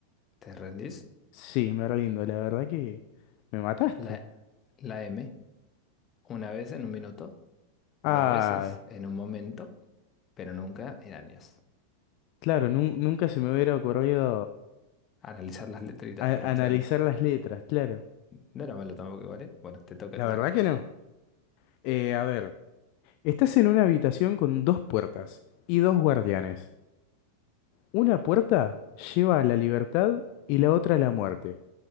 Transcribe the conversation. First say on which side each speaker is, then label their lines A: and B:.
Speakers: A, on the left (about 25°); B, on the left (about 45°).
A: ¿Te rendís?
B: Sí, me rindo, la verdad que me mataste.
A: La, la M, una vez en un minuto,
B: Ay,
A: dos veces en un momento, pero nunca en años.
B: claro, nun- nunca se me hubiera ocurrido
A: Analizar las letritas,
B: a-
A: pero
B: analizar
A: claro.
B: las letras, claro.
A: No era malo tampoco, ¿vale? Bueno, te toca,
B: La
A: te
B: verdad
A: toca.
B: que no. Eh, a ver. Estás en una habitación con dos puertas y dos guardianes. Una puerta lleva a la libertad y la otra a la muerte.